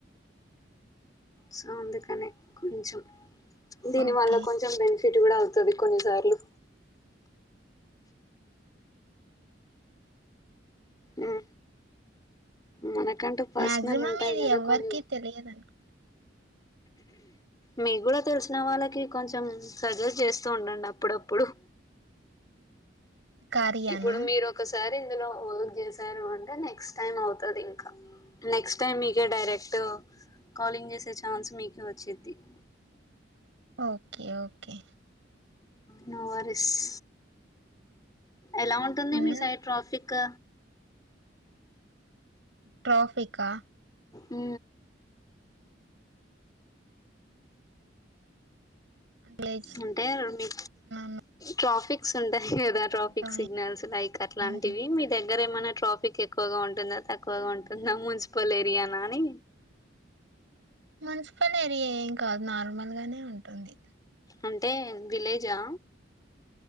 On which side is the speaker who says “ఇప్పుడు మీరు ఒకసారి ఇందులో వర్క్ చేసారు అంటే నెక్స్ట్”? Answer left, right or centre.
Left